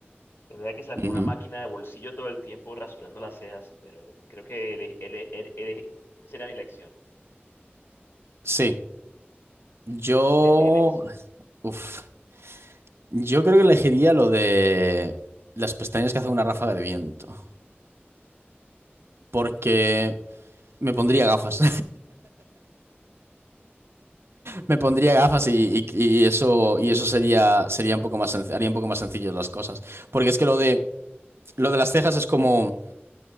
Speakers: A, on the left; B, on the right.
A: Tendría que sacar
B: Ujú.
A: una máquina de bolsillo todo el tiempo rasurando las cejas, pero creo que ele- ele- ele- ele- sería mi elección.
B: Sí, yo,
A: Esa sería mi elección.
B: uff yo creo que elegiría lo de las pestañas que hace una ráfaga de viento porque
A: Uf.
B: me pondría gafas. Me pondría gafas y, y- y eso, y eso sería, sería un poco más senc- haría un poco más sencillo las cosas. Porque es que lo de, lo de las cejas es como,